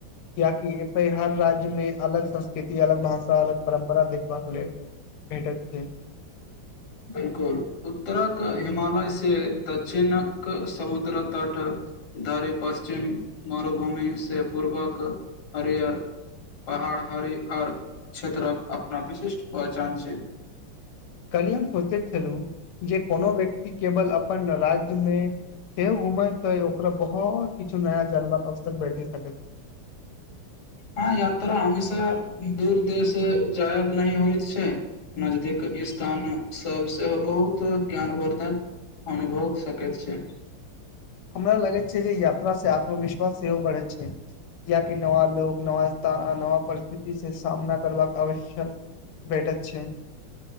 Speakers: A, on the left; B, on the left.
A: क्याकी हर राज्य मे अलग संस्कृति अलग भाषा अलग परम्परा देखबाक लेल भेटैत छै
B: बिल्कुल उत्तरक हिमालयसँ दक्षिणक समुद्र तट धरि पश्चिम मरुभूमिसँ पूर्वक हरियर पहाड़ हरिहर क्षेत्रक अपना विशिष्ट पहचान छै
A: कलिय हम सोचैत छलहु जे कोनो व्यक्ति केवल अपन राज्य मे सेहो घुमै त ओकरा बहुत किछु नया जनबाक अवसर भेट सकैत छै
B: हँ यात्रा हमेशा दूर देस जायब नहि होइत छै नजदीक स्थान सभ सेहो बहुत ज्ञानवर्द्धक अनुभव सकैत छै
A: हमरा लगैत छै जे यात्रा से आत्मविश्वास सेहो बढ़ै छै कियकि नवा लोग नवा नवा परिस्थिति से सामना करबाक अवश्यक भेटत छै